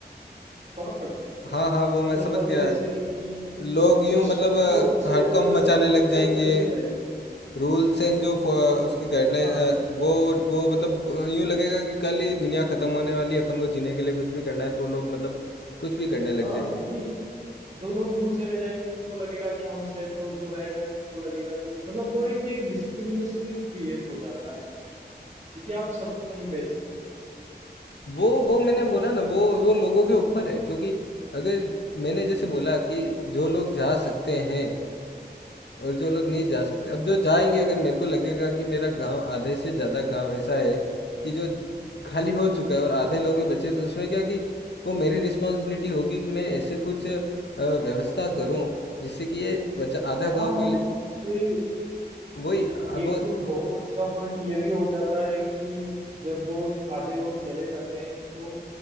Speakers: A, on the right; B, on the left.
A: समझ रहे हो
B: हाँ हाँ वो
A: पैनिक
B: मैं समझ
A: वाली
B: गया
A: जैसे
B: कि
A: कि
B: लोग यूं
A: कुछ
B: मतलब अ,
A: लोग चले
B: हड़कंप
A: गए और
B: मचाने
A: कुछ
B: लग
A: लोग
B: जाएंगे
A: नहीं गए
B: रूल्स एंड जो फ- उसकी गाइडलाइन
A: हाँ
B: वो वो मतलब यूं लगेगा कि कल ही दुनिया खत्म होने वाली है अपन को जीने के लिए कुछ भी करना है तो वो लोग मतलब कुछ भी करने
A: हाँ
B: लग जाएंगे
A: क्योंकि जो लोग दूर चले जाएंगे उनको लगेगा कि हम सेफ हैं, और जो रह गए उनको लगेगा कि मतलब वो एक एक डिस्क्रिमिनेशन क्रिएट हो जाता है क्योंकि आप सबको नहीं बेच सकते
B: वो वो मैंने
A: है
B: बोला
A: ना
B: ना वो वो लोगों के ऊपर है क्योंकि अगर मैंने जैसे
A: हम्म,
B: बोला कि जो लोग जा सकते हैं और जो लोग
A: हम्म।
B: नहीं जा सकते अब जो जाएंगे अगर मेरे को लगेगा कि मेरा गांव आधे से ज़्यादा गांव ऐसा है कि जो खाली हो चुका है और आधे लोग ही बचे तो उसमें क्या कि वो मेरी रिस्पॉन्सिबिलिटी होगी कि मैं ऐसे कुछ अ, व्यवस्था करूं जिससे कि ये बच्चा आधा
A: हाँ
B: गांव को ले
A: उससे
B: वही अ,
A: एक
B: वो
A: तो बहुत अच्छा पॉइंट ये भी हो जाता है कि जब वो आधे लोग चले जाते हैं तो